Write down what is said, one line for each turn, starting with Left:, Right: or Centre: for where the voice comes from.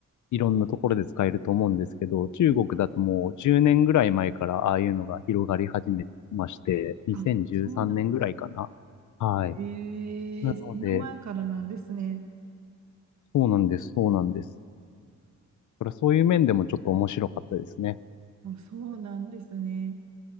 Left: いろんなところで使えると思うんですけど、中国だともう10年ぐらい前からああいうのが広がり始めまして、
Right: はい
Left: 2013年ぐらいかな。
Right: あ、そうなんですか。
Left: はい。
Right: ええ、
Left: なので、
Right: そんな前からなんですね。
Left: そうなんです、そうなんです。だからそういう面でもちょっと面白かったですね。
Right: あ、そうなんですね。